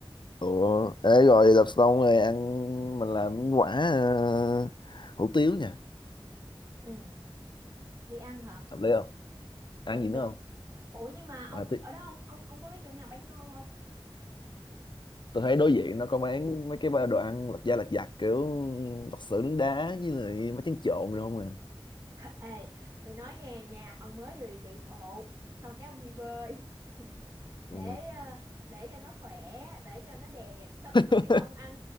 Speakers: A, on the left; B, on the right.
A: ủa ấy rồi đạp xong rồi ăn mình làm quả ờ, hủ tiếu nha
B: Ừ đi ăn hả
A: hợp lý không ăn
B: cũng
A: gì nữa
B: được
A: không
B: Ủa nhưng mà ông
A: mà tí-
B: ở đó ông ông ông có biết chỗ nào bán ngon không
A: tôi thấy đối diện nó có bán mấy cái ba đồ ăn lật da lật giặt kiểu lật xưởng nướng đá với lại mấy trứng trộn rồi không à
B: Ê, tôi nói nghe nha, ông mới vừa đi chạy bộ, xong cái ông đi bơi <laughs> để
A: ừ.
B: ờ, để cho nó khỏe, để cho nó đẹp, <laughs> xong
A: <laughs>
B: rồi ông ăn